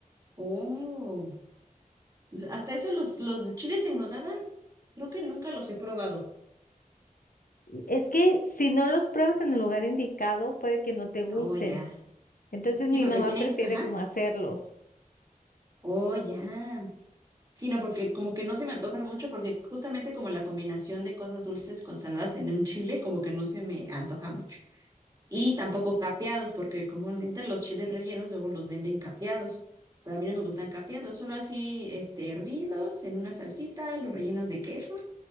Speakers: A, on the right; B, on the left.
A: Oh, pues hasta eso los, los de chiles en nogada, creo que nunca los he probado.
B: Es que si no los pruebas en el lugar indicado, puede que no te gusten.
A: Oh, ya.
B: Entonces
A: Sí,
B: mi
A: porque
B: mamá
A: tienen,
B: prefiere
A: ajá,
B: como hacerlos.
A: oh, ya. Sí, no, porque como que no se me antojan mucho, porque justamente como la combinación de cosas dulces con saladas en un chile, como que no se me antoja mucho. Y tampoco capeados, porque comúnmente los chiles rellenos luego los venden capeados. Pero a mí no me gustan capeados, solo así, este, hervidos en una salsita, los rellenos de queso